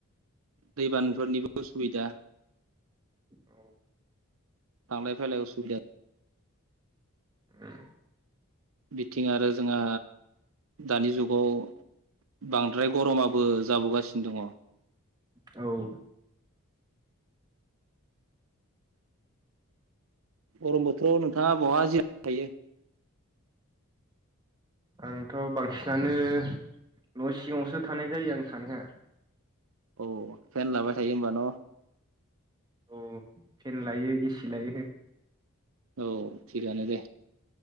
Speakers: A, on the right; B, on the right.
A: दैबानफोरनिबो असुबिदा
B: औ
A: थांलाय फैलाय असुबिदा
B: उम
A: बिथिं आरो जोंहा दानि जुगाव बांद्राय गरमाबो जाबोगासिनो दङ
B: औ
A: गरम बोथोराव नोंथाङा बहा जिर <unintelligible> थायो।
B: आंथ' बांसिनानो न' सिङावसो थानाय जायो आं थानाया
A: औ फेन लाबाय थायो होमबा न'?
B: औ फेन लायो एसि लायो हो
A: औ थिगानो दे।